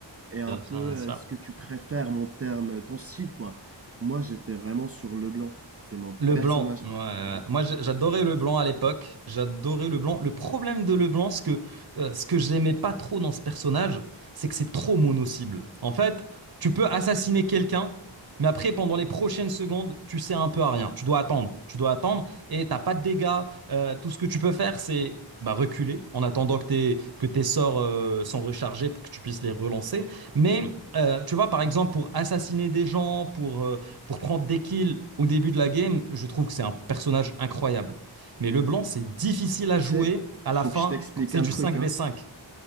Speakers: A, on the right (about 30°); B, on the right (about 50°).
A: et un
B: Bien
A: peu
B: sûr, bien sûr.
A: euh, ce que tu préfères, mon terme, ton style, quoi. Moi, j'étais vraiment sur Leblanc. C'est mon
B: Le
A: personnage
B: blanc, ouais,
A: préféré.
B: ouais. Moi j'- j'adorais le
A: Parce
B: blanc
A: que,
B: à l'époque, j'adorais le blanc. Le problème de le blanc, ce que, euh, ce que j'aimais pas trop dans ce personnage, c'est que c'est trop mono-cible. En fait, tu peux assassiner quelqu'un, mais après, pendant les prochaines secondes, tu sers un peu à rien. Tu dois attendre, tu dois attendre et t'as pas de dégâts. Euh, tout ce que tu peux faire, c'est bah, reculer en attendant que tes, que tes sorts euh, sont rechargés pour que tu puisses les relancer. Mais euh, tu vois, par exemple, pour assassiner des gens, pour... euh, pour prendre des kills au début de la game, je trouve que c'est un personnage incroyable. Mais Leblanc, c'est difficile à
A: tu
B: jouer
A: sais, f-
B: à
A: faut
B: la fin
A: que je t'explique
B: quand c'est
A: un
B: du
A: truc,
B: cinq
A: hein.
B: v cinq,